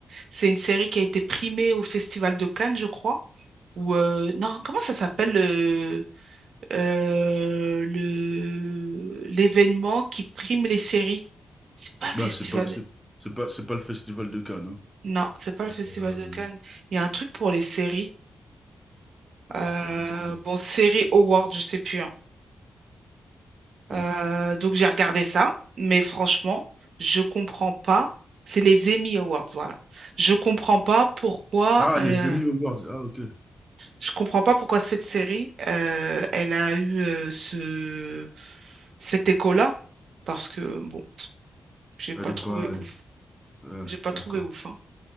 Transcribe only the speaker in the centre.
Bah, c'est pas, c'est, c'est pas, c'est pas le festival de Cannes, hein.
Euh,
attends,
je vais regarder.
Je vais regarder.
Ok.
Ah,
les Emmy Awards. Ah, ok.
Elle est
pas. Elle
est- ouais,
d'accord.